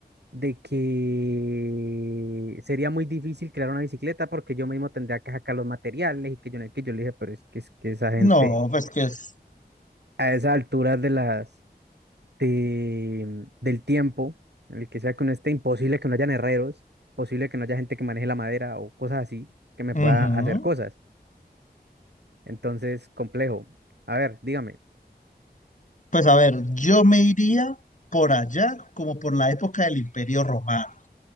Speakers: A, on the right; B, on the left.
A: de que sería muy difícil crear una bicicleta porque yo mismo tendría que sacar los materiales y que yo no, que yo le dije, pero es que, es que esa gente
B: No, pues que es...
A: a esas alturas de las, de- del tiempo, en el que sea que uno esté, imposible que no hayan herreros, posible que no haya gente que maneje la madera o cosas así, que me pueda
B: ujú.
A: hacer cosas. Entonces, complejo. A ver, dígame,
B: Pues a ver, yo me iría por allá, como por la época del Imperio Romano.